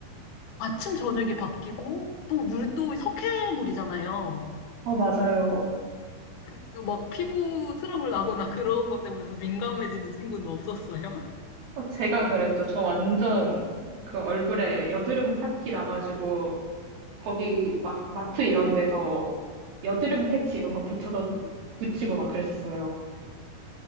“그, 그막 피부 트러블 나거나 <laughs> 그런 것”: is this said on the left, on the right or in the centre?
Left